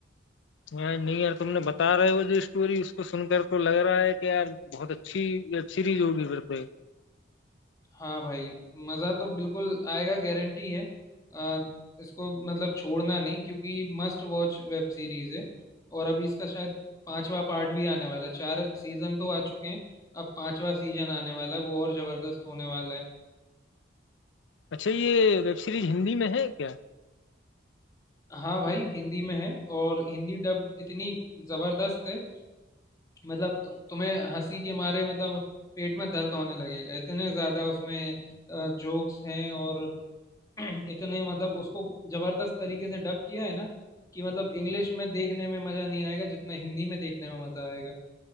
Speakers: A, on the left (about 75°); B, on the left (about 20°).
A: यार नहीं यार तुमने बता रहे हो जो स्टोरी उसको सुनकर तो लग रहा है कि यार बहुत अच्छी वेब सीरीज होगी फिर तो ये।
B: हाँ भाई मज़ा तो बिल्कुल आएगा गारंटी है आ, इसको मतलब छोड़ना नहीं क्योंकि मस्ट वॉच वेब सीरीज है और अभी इसका शायद पांचवा पार्ट भी आने वाला है चार सीजन तो आ चुके हैं अब पांचवा सीजन आने वाला है वो और जबरदस्त होने वाला है
A: अच्छा ये वेब सीरीज हिंदी में है क्या
B: हाँ भाई हिंदी में है और हिंदी डब इतनी जबरदस्त है मतलब तु, तुम्हें हंसी के मारे मतलब पेट में दर्द होने लगेगा इतने ज्यादा उसमें जोक्स हैं और <clears throat> इतने मतलब उसको जबरदस्त तरीके से डब किया है ना कि मतलब इंग्लिश में देखने में मजा नहीं आएगा जितना हिंदी में देखने में मजा आएगा